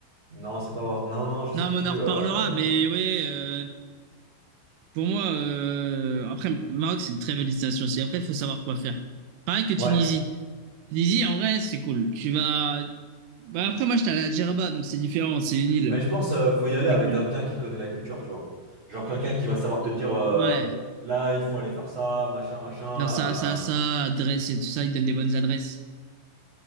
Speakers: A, on the right (about 40°); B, on the right (about 80°).
A: Non, c'est pas Wars- non non, je sais
B: Non,
A: plus.
B: mais on en reparlera.
A: euh,
B: Mais ouais, euh, pour moi, euh, après, Maroc, c'est une très belle destination aussi. Après, il faut savoir quoi faire. Pareil que Tunisie.
A: Ouais,
B: Tunisie, en vrai, c'est cool. Tu vas. Bah, après, moi, j'étais allé à Djerba, donc c'est différent. C'est une île.
A: mais je pense euh, faut y aller avec
B: C'est cool.
A: quelqu'un qui connaît la culture, tu vois. Genre quelqu'un qui va savoir te dire euh,
B: Ouais.
A: là il faut aller faire ça, machin machin.
B: Faire ça, ça, ça,
A: euh,
B: adresse et tout ça, ils donnent des bonnes adresses.